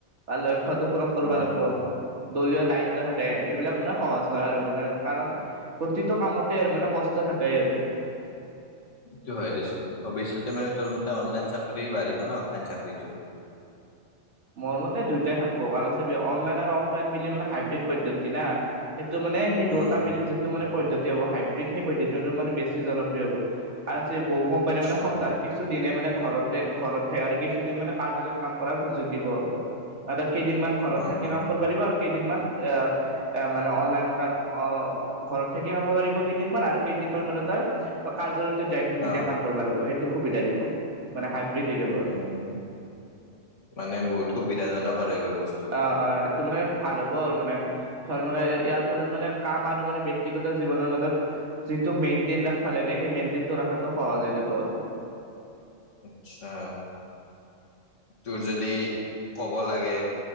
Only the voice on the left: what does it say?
অ
অ
সেইটো হয় দেছোন ভৱিষ্যতে মানে তোৰ মতে অনলাইন চাকৰি বাঢ়িব ন অনলাইন চাকৰিটো। <inaudible>
উম
আচ্ছা
অ
অ
অ
উম
উম মানে বহুত সুবিধাজনক আৰু এইবোৰ বস্তু
<inaudible> আচ্ছা তোৰ যদি কব লাগে